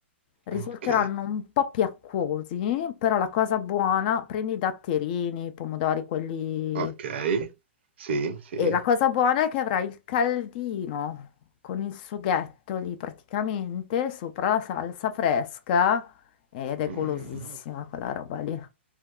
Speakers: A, on the left (about 45°); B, on the right (about 65°).
A: risulteranno
B: ok,
A: un po' più acquosi, però la cosa buona, prendi i datterini, i pomodori, quelli...
B: ok. Sì, sì.
A: E la cosa buona è che avrai il caldino con il sughetto lì praticamente sopra la salsa fresca ed è
B: Mm,
A: golosissima quella roba lì.